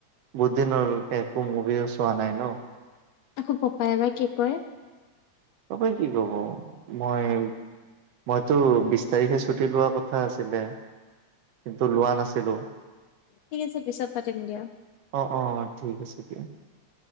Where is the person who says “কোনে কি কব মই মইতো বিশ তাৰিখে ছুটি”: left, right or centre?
Right